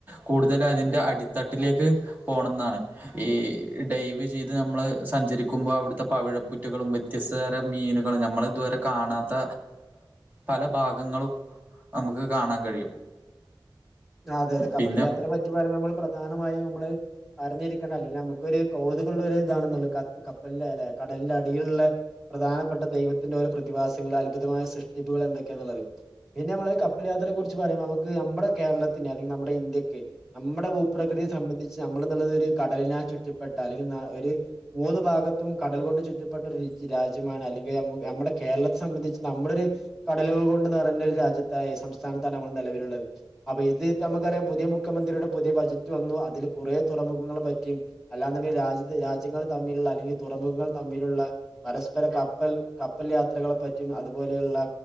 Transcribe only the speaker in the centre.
അതെ യതെ കപ്പൽ
യാത്ര പറ്റി പറയുമ്പൊ നമ്മള് പ്രധാനമായും നമ്മള് അറിഞ്ഞിരിക്ക്ണാല്ലത്. ല്ലെ അമ്മക്കൊരു കൗതുക ള്ളൊര് താണെന്നുള്ള കത്ത് കപ്പൽ ൻ്റേലെ കടൽന്റെ അടിയിൽള്ളെ പ്രധാനപ്പെട്ട ദൈവത്തിന്റെ ഓരോ പ്രതിഭാസങ്ങളും അത്ഭുതമായ സൃഷ്ടിപ്പുകളും എന്തൊക്കെയെന്നുള്ളത് പിന്നെ ഞമ്മള് കപ്പൽ യാത്രയെ കുറിച്ച് പറയുമ്പോ നമുക്ക് നമ്മടെ കേരളത്തിന് അല്ലെങ്കി നമ്മുടെ ഇന്ത്യക്ക് നമ്മുടെ ഭൂപ്രകൃതിയെ സംബന്ധിച്ച് നമ്മള്ന്ന്ള്ളത് ഒരു കടലിനാൽ ചുറ്റപ്പെട്ട അല്ലെങ്കിൽ നാ ഒര് മൂന്ന് ഭാഗത്തും കടൽ കൊണ്ട് ചുറ്റപ്പെട്ട ഒരു രാജ്യമാണ് അല്ലെങ്കിൽ നമ്മുടെ കേരളത്തെ സംബന്ധിച്ച് നമ്മളൊര് കടലുകൾ കൊണ്ട് നിറഞ്ഞൊരു രാജ്യത്തായി സംസ്ഥാനത്താണ് നമ്മൾ നെലവിലുള്ളത് അപ്പ ഈ തീത്തെ അമ്മക്കറിയാ പുത്യെ മുഖ്യമന്ത്രിയുടെ പുതിയ ബജറ്റ് വന്നു. അതില് കുറെ തുറമുഖങ്ങളെ പറ്റിയും അല്ലാന്ന്ണ്ടെങ്കിൽ രാജ്യത്ത് രാജ്യങ്ങൾ തമ്മിലുള്ള അല്ലെങ്കിൽ തുറമുഖങ്ങൾ തമ്മിലുള്ള പരസ്പര കപ്പൽ കപ്പൽ യാത്രകളെ പറ്റിയും അതുപോലെയുള്ള